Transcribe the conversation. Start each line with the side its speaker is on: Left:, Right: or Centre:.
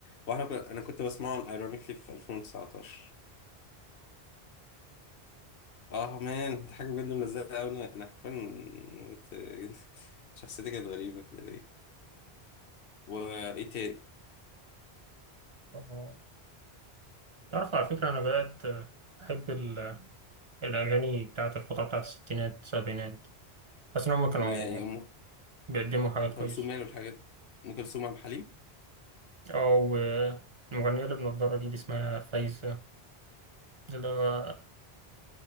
Left: واحنا كنا... انا كنت بسمعه ام ايرونيكلي في 2019 اه مان دي حاجه بجد ملزقه قوي انا انا حرفيا كنت- <laughs> شخصيتي كانت غريبه كده ليه وايه تاني
Right: آه. تعرف على فكرة أنا بدأت أحب ال- الأغاني بتاعت الفترة بتاعت الستينات السبعينات حاسس إن هما كانوا
Left: ال- ام
Right: بيقدموا حاجات
Left: أم كلثوم
Right: كويسة
Left: يعني والحاجات ام كلثوم عبد الحليم
Right: اه والمغنية اللي بنضارة دي اللي اسمها فايزة اللي هو